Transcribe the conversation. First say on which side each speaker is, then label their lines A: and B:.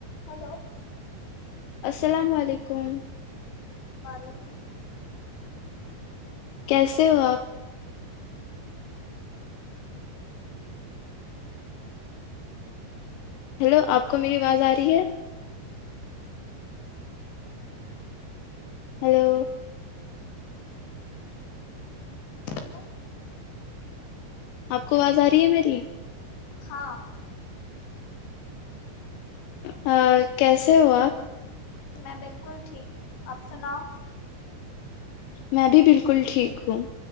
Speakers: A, on the left (about 65°); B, on the left (about 80°).
A: hello
B: السلام علیکم
A: وعلیکم
B: کیسے ہو آپ ہیلو آپ کو میری آواز آ رہی ہے ہیلو
A: السلام
B: آپ کو آواز آ رہی ہے میری
A: ہاں
B: ہاں کیسے ہو اپ
A: میں بالکل ٹھیک آپ سناؤ
B: میں بھی بالکل ٹھیک ہوں